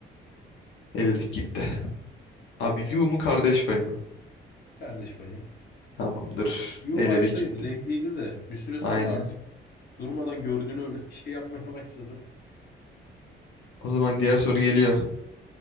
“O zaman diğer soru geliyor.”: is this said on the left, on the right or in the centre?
Left